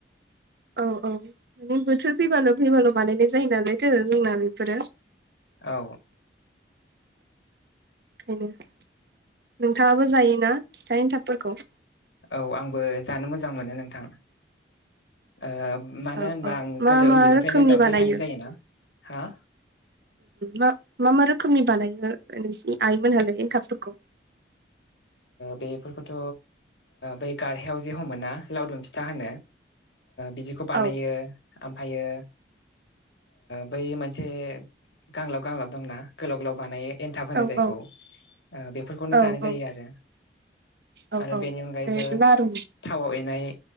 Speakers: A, on the right (about 60°); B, on the left (about 75°).
A: औ औ माने बोथोर फैबाल' फैबाल' बानायनाय जायो नालायथो जोंना बेफोरो।
B: औ
A: नोंथाङाबो जायोना फिथा एन्थाब फोरखौ?
B: औ आंबो जानो मोजां मोनो नोंथां ओ मानो
A: औ
B: होनबा
A: औ
B: आं
A: मा
B: गोदो
A: मा
B: उन्दैनिफ्रायनो
A: रोखोमनि
B: जाबोबाय
A: बानायो
B: थानाय जायोना हा
A: मा मा मा रोखोमनि बानायो नोंसिनि आइमोनहालाय एन्थाबफोरखौ?
B: बेफोरखौथ' बै गारहायाव जे हमोना लावदुम फिथा होनो। बिदिखौ बानायो
A: औ
B: ओमफ्रायो बै मोनसे गांलब गांलाब दंना गोलाव गोलाव बानायो एन्थाब
A: औ
B: होनो जायखौ
A: औ
B: बेफोरखौनो
A: औ
B: जानाय
A: औ
B: जायो आरो।
A: औ
B: आरो
A: औ
B: बेनि अनगायैबो
A: बे लारु
B: थावाव एनाय